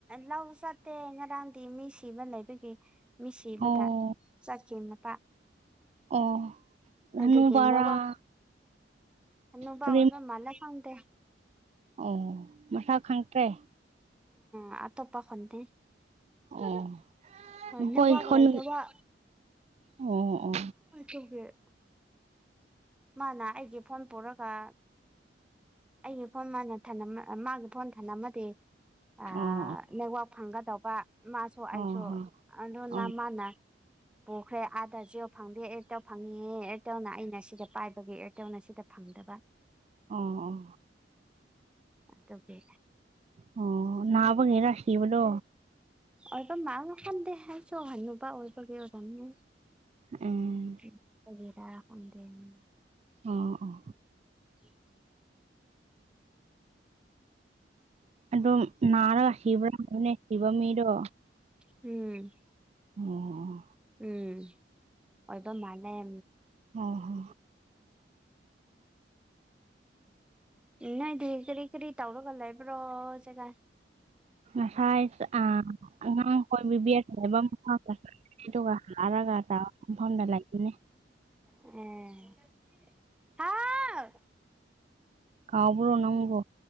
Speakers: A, in the centre; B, on the right.
A: ꯂꯧ ꯆꯠꯇꯦ ꯉꯔꯥꯡꯗꯤ ꯃꯤ ꯁꯤꯕ ꯂꯩꯕꯒꯤ ꯃꯤ ꯁꯤꯕꯗ
B: ꯑꯣ
A: ꯆꯠꯈꯤ ꯃꯇꯥ
B: ꯑꯣ ꯍꯅꯨꯕꯔꯥ
A: ꯑꯗꯨꯒꯤ ꯅꯥꯋꯥ ꯅꯨꯄꯥ
B: ꯀꯔꯤ
A: ꯑꯣꯏꯕ ꯃꯥꯜꯂꯦ ꯈꯪꯗꯦ
B: ꯑꯣ ꯃꯁꯥ ꯈꯪꯇ꯭ꯔꯦ
A: ꯑ ꯑꯇꯣꯞꯄ ꯈꯟꯇꯦ
B: ꯑꯣ ꯅꯈꯣꯏ
A: ꯅꯋꯥꯒ
B: ꯈꯨꯟ
A: ꯂꯩꯕ꯭ꯔ‌ꯣ ꯋꯥ
B: ꯑꯣ ꯑꯣ
A: <inaudible> ꯃꯥꯅ ꯑꯩꯒꯤ ꯐꯣꯟ ꯄꯨꯔꯒ ꯑꯩꯒꯤ ꯐꯣꯟ ꯃꯥꯅ ꯊꯅꯝꯃꯥ ꯃꯥꯒꯤ ꯐꯣꯟ ꯊꯥꯟꯝꯃꯗꯤ
B: ꯑꯣ
A: ꯑꯥ ꯅ‌ꯦꯠꯋꯥꯛ ꯐꯪꯒꯗꯧꯕ ꯃꯥꯁꯨ
B: ꯑꯣ
A: ꯑꯩꯁꯨ
B: ꯍꯣ
A: ꯑꯗꯨꯅ
B: ꯑꯣ
A: ꯃꯥꯅ ꯄꯨꯈ꯭ꯔꯦ ꯑꯥꯗ ꯖꯤꯑꯣ ꯐꯪꯗꯦ ꯑꯦꯔꯇ‌ꯦꯜ ꯐꯪꯉꯦ ꯑꯦꯔꯇ‌ꯦꯜꯅ ꯑꯩꯅ ꯁꯤꯗ ꯄꯥꯏꯕꯒꯤ ꯑꯦꯔꯇ‌ꯦꯜꯅ ꯁꯤꯗ ꯐꯪꯗꯕ
B: ꯑꯣ ꯑꯣ
A: ꯑꯗꯨꯒꯤ
B: ꯑꯣ ꯅꯅꯥꯕꯒꯤꯔꯁꯤꯕꯗꯣ
A: ꯑꯗꯨꯃꯥꯏꯅꯥ ꯈꯟꯗꯦ ꯑꯩꯁꯨ ꯍꯥꯅꯨꯕ ꯑꯣꯏꯕꯒꯤꯔꯥ ꯇꯟꯅꯦ
B: ꯎꯝ
A: ꯎꯝ ꯑꯣꯒꯦꯔ ꯈꯪꯗꯦꯅꯦ
B: ꯑꯥ ꯑꯥ
A: ꯍ
B: ꯑꯗꯨꯝ ꯅꯔꯒ ꯁꯤꯕꯔꯅꯦ ꯁꯤꯕꯃꯤꯗꯣ
A: ꯎꯝ
B: ꯑꯣ
A: ꯎꯝ ꯑꯗꯨ ꯃꯥꯏꯅꯥ
B: ꯑꯧ ꯍ
A: ꯏꯃꯥꯏꯗꯤ ꯀꯔꯤ ꯀꯔꯤ ꯇꯎꯔꯒ ꯂꯩꯕ꯭ꯔꯣ ꯆꯒ
B: ꯉꯁꯥꯏ ꯑ ꯑꯉꯥꯡꯈꯣꯏ ꯕꯤꯕꯤꯔꯁ ꯍꯥꯏꯕ ꯑꯃꯒꯥ ꯏꯗꯨꯒ ꯅꯥꯔꯒꯥ ꯇꯕꯥ ꯐꯝꯗ ꯂꯩꯏꯅꯦ
A: ꯎ ꯍꯥꯎ
B: ꯀꯥꯎꯕ꯭ꯔꯣ ꯅꯪꯕꯨ